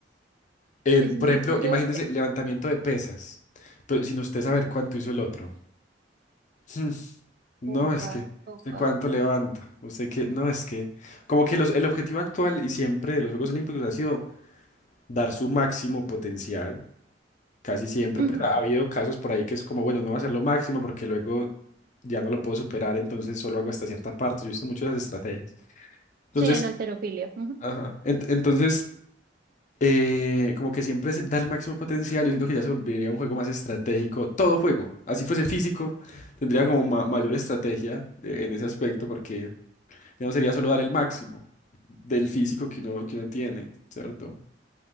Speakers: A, on the left (about 45°); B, on the right (about 55°).
A: En,
B: que es
A: por
B: muy
A: ejemplo,
B: duro.
A: imagínese levantamiento de pesas, pero sin usted saber cuánto hizo el otro. Mm, No,
B: Opa,
A: es que,
B: opa,
A: ¿usted cuánto
B: opa.
A: levanta? Usted que, no, es que, como que los, el objetivo actual y siempre de los Juegos Olímpicos ha sido dar su máximo potencial Casi siempre,
B: Ujú,
A: pues ha habido casos por ahí que es como, bueno, no va a ser lo máximo porque luego ya no lo puedo superar, entonces solo hago hasta cierta parte. Yo he visto muchas estrategias. Entonces,
B: Sí, en alterofilia.
A: ajá, ent- entonces, eh, como que siempre se da el máximo potencial. Yo siento que ya se volvería un juego más estratégico. Todo juego, así fuese físico, tendría como ma- mayor estrategia eh, en ese aspecto porque ya no sería solo dar el máximo del físico que uno, que uno tiene, ¿cierto?